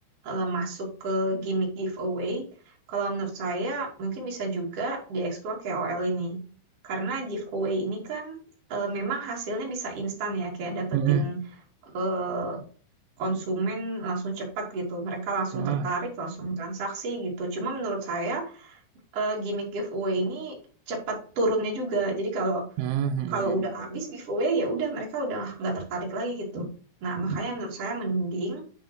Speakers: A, on the right; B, on the right.
A: eh, masuk ke gimmick giveaway, kalau menurut saya mungkin bisa juga dieksplor KOL ini. Karena giveaway ini kan eh, memang hasilnya bisa instan ya, kayak dapetin
B: Mhm,
A: eh, konsumen langsung cepat gitu. Mereka langsung
B: mhm.
A: tertarik, langsung transaksi gitu. Cuma menurut saya eh, gimmick giveaway ini cepat turunnya juga. Jadi kalau
B: hmm, hmm,
A: kalau udah habis giveaway ya udah mereka udah nggak tertarik lagi gitu. Nah, makanya menurut saya mending